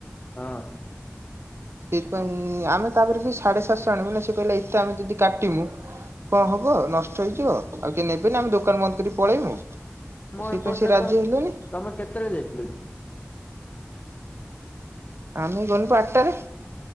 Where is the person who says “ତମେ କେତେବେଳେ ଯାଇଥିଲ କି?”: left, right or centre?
Left